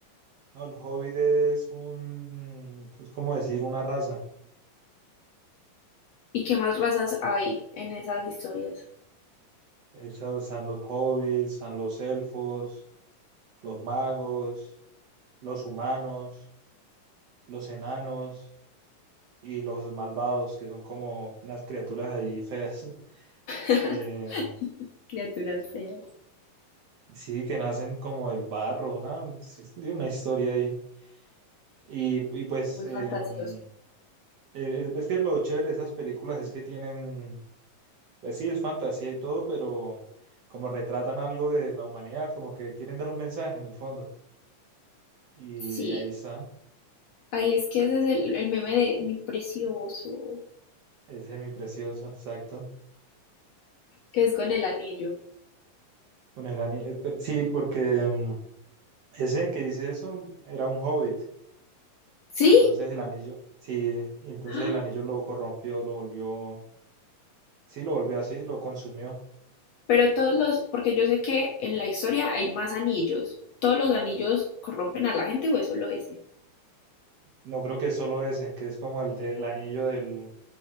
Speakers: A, on the right; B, on the left.
A: No, el Hobbit es un, es como decir una raza.
B: ¿Y qué más razas hay en esas historias?
A: Eso están los hobbits, están los elfos, los magos, los humanos, los enanos y los malvados, que son como unas criaturas ahí feas. <laughs>
B: <laughs>
A: Em,
B: Criaturas feas.
A: sí, que nacen como del barro, una, sí, tiene una historia ahí. Y, y pues,
B: Es muy
A: em,
B: fantasioso.
A: eh, es, es que lo chévere de esas películas es que tienen, pues sí, es fantasía y todo, pero como retratan algo de la humanidad, como que quieren dar un mensaje en el fondo. Y
B: Sí.
A: ahí está.
B: Ahí es que ese es el, el meme de mi precioso,
A: Es semiprecioso, exacto.
B: que es con el anillo.
A: Con el anillo. eh, Sí, porque mm, ese que dice eso era un hobbit.
B: ¿Sí?
A: Entonces el anillo, sí, entonces
B: <gasps>
A: el anillo lo corrompió, lo volvió, sí, lo volvió así, lo consumió.
B: Pero todos los, porque yo sé que en la historia hay más anillos. ¿Todos los anillos corrompen a la gente o es solo ese?
A: No creo que es solo ese, que es como el del anillo del,